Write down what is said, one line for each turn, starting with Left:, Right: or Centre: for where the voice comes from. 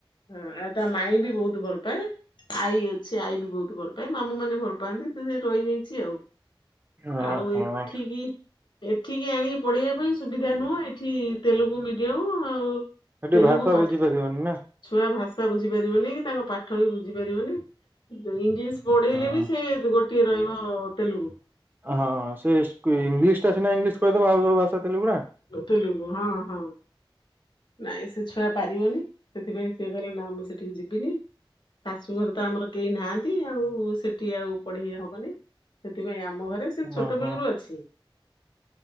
Left: ହଁ ଆଉ ତା ମାଇଁ ବି ବହୁତ ଭଲ ପାଏ ଆଈ ସେ ଆଇ ବି ବହୁତ ଭଲ ପାଏ ମାମୁଁ ମାନେ ଭଲ ପାଆନ୍ତି ସେମିତି ରହିଯାଇଛି ଆଉ।
Right: ଓହୋ
Left: ଆଉ ଏଠିବି ଏଠିକି ଆଣିକି ପଢ଼େଇବା ପାଇଁ ସୁବିଧା ନୁହଁ ଏଠି ତେଲୁଗୁ ମିଡିୟମ ଆଉ।
Right: ଏଠି
Left: ତେଲୁଗୁ
Right: ଭାଷା
Left: ପାଠ
Right: ବୁଝିପାରିବନି ନା।
Left: ଛୁଆ ଭାଷା ବୁଝି ପାରିବନି କି ତାଙ୍କ ପାଠ ବି ବୁଝି ପାରିବନି ଇଂଲିଶ ପଢ଼େଇଲେବି
Right: ହୁଁ।
Left: ସେ ଗୋଟିଏ ରହିବ ତେଲୁଗୁ।
Right: ହଁ ସେ ଇଂଲିଶ ଟା ନା ସିନା ଇଂଲିଶ <inaudible> ତୋ ଭାଉଜ କୁ ଆସେ ତେଲଗୁ ପରା <unintelligible>
Left: ତେଲୁଗୁ ହଁ ହଁ। ନାଇଁ ସେ ଛୁଆ ପାରିବନି ସେଥିପାଇଁ ସିଏ କହିଲେ ନା ମୁଁ ସେଠିକି ଯିବିନି। ଶାଶୁଘରେ ତ ଆମର କେହି ନାହାନ୍ତି ଆଉ ସେଠି ଆଉ ପଢ଼େଇ ହେବନି। ସେଥିପାଇଁ ଆମ ଘରେ ସେ ଛୋଟ
Right: ଓହୋ
Left: ବେଳରୁ ଅଛି।